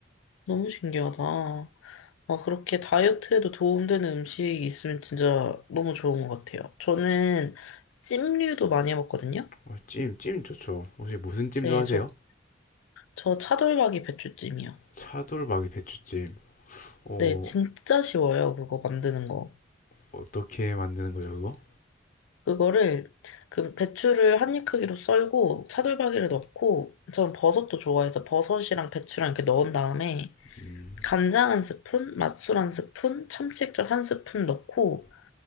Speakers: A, on the left; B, on the left.
A: 너무 신기하다. 아, 그렇게 다이어트에도 도움되는 음식이 있으면 진짜 너무 좋은 것 같아요. 저는 찜류도 많이 해먹거든요.
B: 어, 찜, 찜 좋죠. 혹시 무슨 찜
A: 네,
B: 좋아하세요?
A: 저, 저 차돌박이 배추찜이요.
B: 차돌박이 배추찜. 어,
A: 네, 진짜 쉬워요. 그거 만드는 거.
B: 어떻게 만드는 거죠, 그거?
A: 그거를, 그 배추를 한입 크기로 썰고, 차돌박이를 넣고, 전 버섯도 좋아해서 버섯이랑 배추랑 이렇게 넣은 다음에,
B: 음,
A: 간장 한 스푼, 맛술 한 스푼, 참치액젓 한 스푼 넣고,